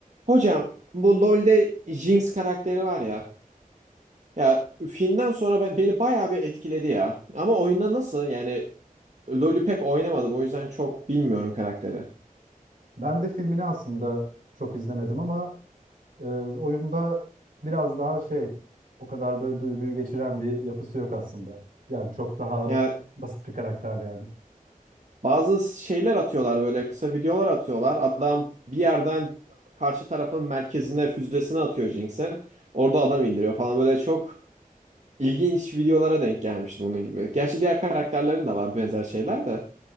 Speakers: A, on the right; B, on the right.
A: Hocam bu LoL'de Jinx karakteri var ya. Ya filmden sonra ben, beni bayağı bir etkiledi ya. Ama oyunda nasıl yani LoL'ü pek oynamadım o yüzden çok bilmiyorum karakteri.
B: Ben de filmini aslında çok izlemedim ama e, oyunda biraz daha şey o kadar böyle duyguyu geçiren bir yapısı yok aslında. Yani çok daha
A: Ya
B: basit bir karakter yani.
A: Bazı şeyler atıyorlar böyle kısa videolar atıyorlar. Adam bir yerden karşı tarafın merkezine füzesini atıyor Jinx'e. Orada adam indiriyor falan böyle çok ilginç videolara denk gelmiştim bunun gibi. Gerçi diğer karakterlerin de var benzer şeyler de.